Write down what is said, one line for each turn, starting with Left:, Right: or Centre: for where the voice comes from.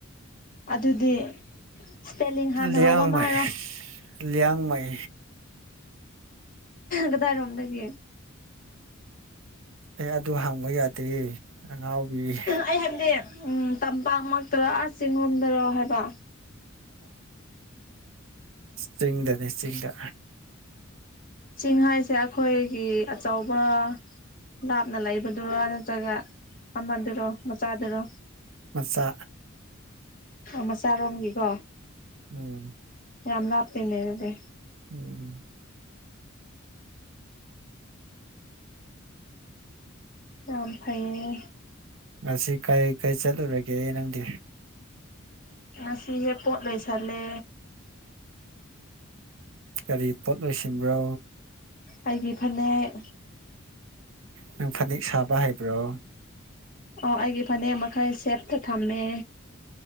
Left: ꯑꯗꯨꯗꯤ ꯏꯁꯄꯦꯜꯂꯤꯡ ꯍꯥꯟꯅ
Right: ꯂꯤꯌꯥꯡꯃꯩ
Left: ꯍꯥꯎꯕ ꯑꯃ ꯍꯥꯢꯔꯣ
Right: ꯂꯤꯌꯥꯡꯃꯩ
Left: ꯀꯗꯥꯏꯔꯣꯝꯗꯒꯤ
Right: ꯑꯦ ꯑꯗꯨ ꯍꯥꯡꯕ ꯌꯥꯗꯦ ꯑꯉꯥꯎꯕꯤ
Left: ꯑꯩ ꯍꯥꯏꯕꯗꯤ ꯎ ꯇꯝꯄꯥꯛꯃꯛꯇꯔꯣ ꯆꯤꯡꯔꯣꯝꯗꯔꯣ ꯍꯥꯏꯕ
Right: ꯆꯤꯡꯗꯅꯤ ꯆꯤꯡꯗ
Left: ꯆꯤꯡ ꯍꯥꯏꯁꯦ ꯑꯩꯈꯣꯏꯒꯤ ꯑꯆꯧꯕ ꯂꯥꯞꯅ ꯂꯩꯕꯗꯨꯔꯣ ꯅꯠꯇ꯭ꯔꯒ ꯑꯃꯗꯨꯔꯣ ꯃꯆꯥꯗꯨꯔꯣ
Right: ꯃꯆꯥ
Left: ꯑ ꯃꯆꯥꯔꯣꯝꯒꯤꯀꯣ
Right: ꯎꯝ
Left: ꯌꯥꯝ ꯂꯥꯞꯇꯦꯅꯦ ꯑꯗꯨꯗꯤ
Right: ꯎꯝ
Left: ꯌꯝ ꯐꯩꯌꯦ
Right: ꯉꯁꯤ ꯀꯔꯤ ꯀꯔꯤ ꯆꯠꯂꯨꯔꯒꯦ ꯅꯪꯗꯤ
Left: ꯉꯁꯤꯁꯦ ꯄꯣꯠ ꯂꯣꯏꯁꯜꯂꯦ
Right: ꯀꯔꯤ ꯄꯣꯠ ꯂꯣꯏꯁꯤꯟꯕ꯭ꯔꯣ
Left: ꯑꯩꯥꯒꯤ ꯐꯅꯦꯛ
Right: ꯅꯪ ꯐꯅꯦꯛ ꯁꯥꯕ ꯍꯩꯕ꯭ꯔꯣ
Left: ꯑꯣ ꯑꯩꯒꯤ ꯐꯅꯦꯛ ꯃꯈꯩ ꯁꯦꯞꯇ ꯊꯝꯃꯦ